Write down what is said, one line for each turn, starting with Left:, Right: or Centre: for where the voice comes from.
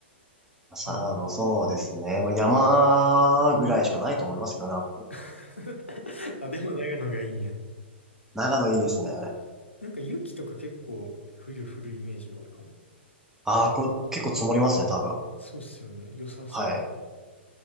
Centre: さあの、
Left: なんか
Centre: そうですね。まあ、山ぐらいしかないと思いますけどな。
Left: <laughs> あ、でも長野がいいんや。
Centre: 長野いいですね。
Left: なんか雪とか結構冬降るイメージがあるかも。
Centre: ああ、こ、結構積もりますね、多分。
Left: そうっすよね。良さそう。
Centre: はい。